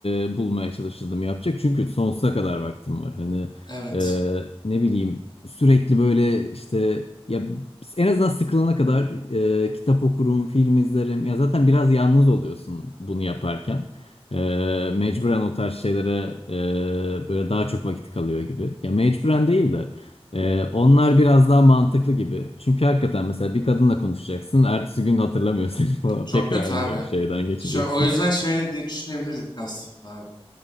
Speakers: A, on the left; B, on the left.
A: e, bulmaya çalışırdım yapacak. Çünkü sonsuza kadar vaktim var. Hani
B: Evet.
A: e, ne bileyim sürekli böyle işte ya en azından sıkılana kadar e, kitap okurum, film izlerim. Ya zaten biraz yalnız oluyorsun bunu yaparken. E, mecburen o tarz şeylere e, böyle daha çok vakit kalıyor gibi. Ya mecburen değil de e, onlar biraz daha mantıklı gibi. Çünkü hakikaten mesela bir kadınla konuşacaksın. Ertesi gün hatırlamıyorsun <laughs> falan.
B: Çok
A: Tekrar
B: kötü
A: aynı
B: abi.
A: şeyden geçeceksin.
B: Şö- o yüzden şey de diye düşünebilirdik aslında abi.